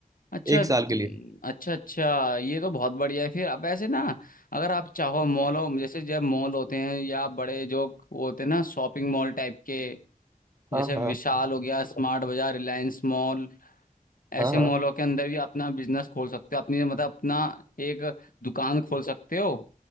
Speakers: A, on the left; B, on the right.
A: अच्छा
B: एक साल
A: न-
B: के लिए
A: अच्छा अच्छा ये तो बहुत बढ़िया है फिर अब ऐसे ना अगर आप चाहो मॉलों जैसे जब मॉल होते हैं या बड़े जो वो होते हैं ना शॉपिंग मॉल टाइप के
B: हाँ
A: जैसे विशाल
B: हाँ
A: हो गया स्मार्ट बाजार रिलायंस मॉल ऐसे
B: हाँ हाँ
A: मॉलों के अंदर भी अपना बिजनेस खोल सकते हो अपनी मतलब अपना एक दुकान खोल सकते हो